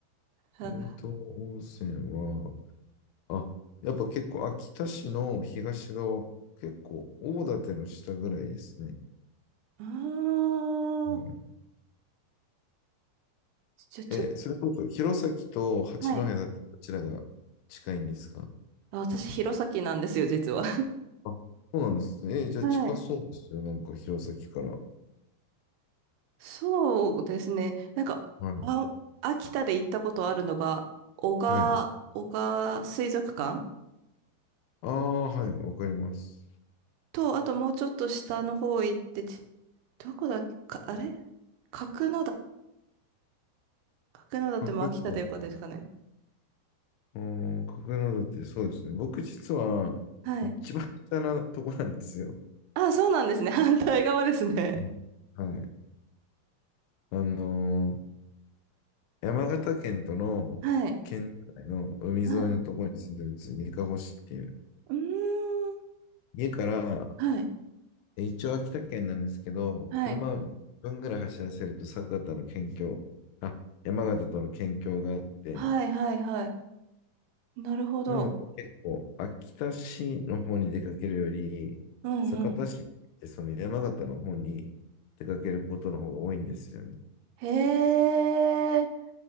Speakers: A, on the right; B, on the left.
A: なんか、
B: 乳頭温泉は、あ、やっぱ結構秋田市の東側、結構大館の下ぐらいですね。
A: あー、
B: うん
A: じゃ、ちょっと、
B: え、それこそ弘前と八戸だったらどちらが近いんですか
A: はい。あ、私、弘前なんですよ、実は。
B: あ、そうなんですね。え、じゃあ近そうですよ。
A: はい。
B: なんか弘前から。
A: そうですね。なんか、
B: はい。
A: あ、秋田で行ったことあるのが、男鹿、
B: はい。
A: 男鹿水族館
B: ああ、はい。わかります。
A: と、あともうちょっと下の方行って、ちどこだっけ、か、あれ角館角館も秋田でよかったですかね。
B: 角館。うーん、角館、そうですね。僕実は一番下のとこなんですよ。
A: はい。あ、そうなんですね。<laughs> 反対側ですね。
B: うんはい。あのー山形県との県境の海沿いのところに住んでるんですよ。
A: はい。はい。
B: にかほ市っていう。
A: うーん。
B: 家から、
A: はい。
B: え一応秋田県なんですけど、
A: はい。
B: 車を1分ぐらい走らせると酒田の県境、あ、山形との県境があって、
A: はい、はい、はい。なるほど。
B: なので結構秋田市の方に出かけるより、
A: うんうん。
B: 酒田市ってその山形の方に出かけることの方が多いんですよね。
A: へえ。